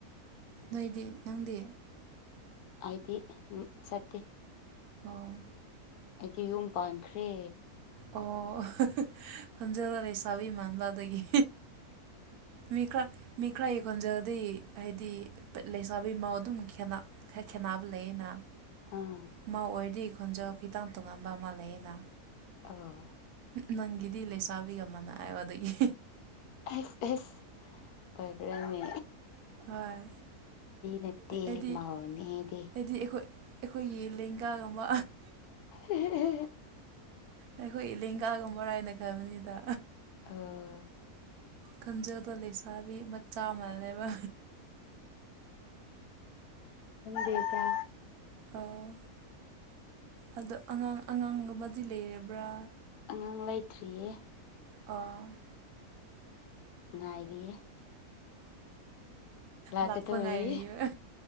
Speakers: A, on the right; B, on the left.
A: ꯅꯣꯏꯗꯤ ꯅꯪꯗꯤ
B: ꯍꯥꯏꯗꯤ ꯎ ꯁꯠꯇꯦ
A: ꯑꯣ
B: ꯑꯩꯗꯤꯦ ꯌꯨꯝ ꯄꯥꯟꯈ꯭ꯔꯦ
A: ꯑꯣ ꯈꯟꯖꯔ ꯂꯩꯁꯥꯕꯤ ꯃꯥꯟꯕꯗꯒꯤ ꯃꯤꯀ ꯃꯤꯈ꯭ꯔꯥꯒꯤ ꯈꯣꯟꯖꯦꯜꯗꯤ ꯍꯥꯏꯗꯤ ꯂꯩꯁꯥꯕꯤ ꯃꯧ ꯑꯗꯨꯝ ꯈꯦꯠꯅ ꯈꯔ ꯈꯦꯠꯅꯕ ꯂꯩꯌꯦꯅ
B: ꯑꯥ
A: ꯑꯃ ꯑꯣꯏꯔꯗꯤ ꯈꯣꯟꯖꯥꯎ ꯈꯤꯇꯪ ꯇꯣꯉꯥꯟꯕ ꯑꯃ ꯂꯩꯌꯦꯅ
B: ꯑꯥ
A: ꯅꯪꯒꯤꯗꯤ ꯂꯩꯁꯥꯕꯤ ꯑꯃꯅ ꯍꯥꯏ ꯑꯗꯒꯤ
B: ꯑꯩꯁ ꯑꯦꯁ ꯑꯣꯏꯕ꯭ꯔꯥꯅꯤ
A: ꯍꯣꯏ
B: ꯅꯠꯇꯦ
A: ꯑꯩꯗꯤ
B: ꯃꯧꯅꯦꯗꯤ
A: ꯑꯩꯗꯤ ꯑꯩꯈꯣꯏ ꯑꯩꯈꯣꯏꯒꯤ ꯂꯦꯡꯒꯥꯒꯨꯝꯕ
B: ꯍꯤ ꯍꯤ
A: ꯑꯩꯈꯣꯏ ꯏꯂꯦꯡꯒꯥꯒꯨꯝꯕ ꯔ ꯍꯥꯏꯅ ꯈꯟꯕꯅꯤꯗ
B: ꯑ
A: ꯈꯟꯖꯗ ꯂꯩꯁꯥꯕꯤ ꯃꯆꯥ ꯃꯟꯂꯦꯕ
B: ꯗꯤꯦꯇ
A: ꯑꯣ ꯑꯗꯣ ꯑꯉꯥꯡ ꯑꯉꯥꯡꯒꯨꯝꯕꯗꯤ ꯂꯩꯔꯕ꯭ꯔꯥ
B: ꯑꯉꯥꯡ ꯂꯩꯇ꯭ꯔꯤꯌꯦ
A: ꯑꯣ
B: ꯅꯨꯡꯉꯥꯏꯔꯤꯌꯦ ꯂꯥꯛꯀꯗꯧꯔꯦ
A: ꯂꯥꯛꯄ ꯉꯥꯏꯔꯤꯕ